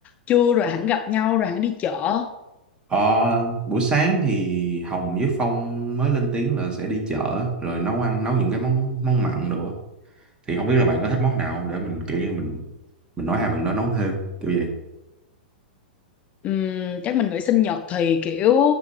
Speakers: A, on the left (about 25°); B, on the right (about 15°).
A: trưa rồi hẳn gặp nhau rồi hẳn đi chợ
B: Ờ, buổi sáng thì Hồng với Phong mới lên tiếng là sẽ đi chợ á, rồi nấu ăn nấu những cái món món mặn đồ á. thì không biết là bạn có thích món nào không để mình kiểu như mình mình nói hai bạn đó nấu thêm kiểu vậy
A: Ừm, chắc mình nghĩ sinh nhật thì kiểu